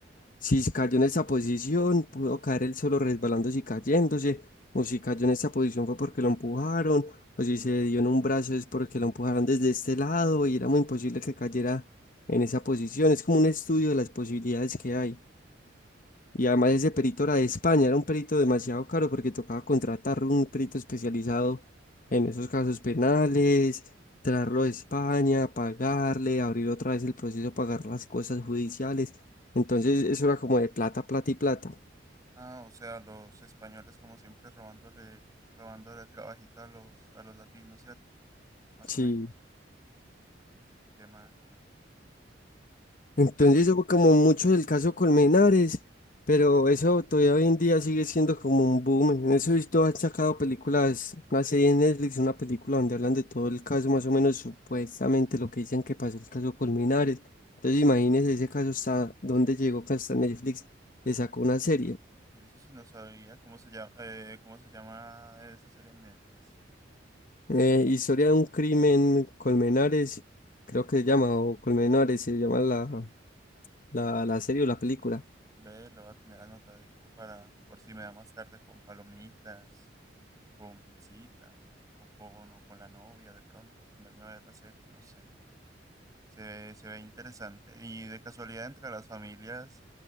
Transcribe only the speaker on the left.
si cayó en esa posición, pudo caer él solo resbalándose y cayéndose, o si cayó en esa posición fue porque lo empujaron, o si se dio en un brazo es porque lo empujaron desde este lado y era muy imposible que cayera en esa posición. Es como un estudio de las posibilidades que hay. Y además ese perito era de España, era un perito demasiado caro porque tocaba contratar un perito especializado en esos casos penales, traerlo de España, pagarle, abrir otra vez el proceso, pagar las cosas judiciales. Entonces eso era como de plata, plata y plata.
Sí.
Entonces
fue como mucho el caso Colmenares, pero eso todavía hoy en día sigue siendo como un boom. En eso he visto, han sacado películas, una serie en Netflix, una película donde hablan de todo el caso, más o menos supuestamente lo que dicen que pasó el caso Colmenares. Entonces imagínense ese caso hasta dónde llegó, que hasta Netflix le sacó una serie.
Eh, historia de un crimen Colmenares, creo que se llama, o Colmenares se llama la, la, la serie o la película.